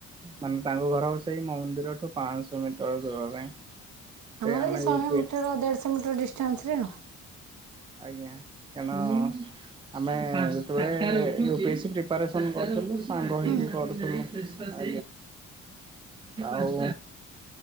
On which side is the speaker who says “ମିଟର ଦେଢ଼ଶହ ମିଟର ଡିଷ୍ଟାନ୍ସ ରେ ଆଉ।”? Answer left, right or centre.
Right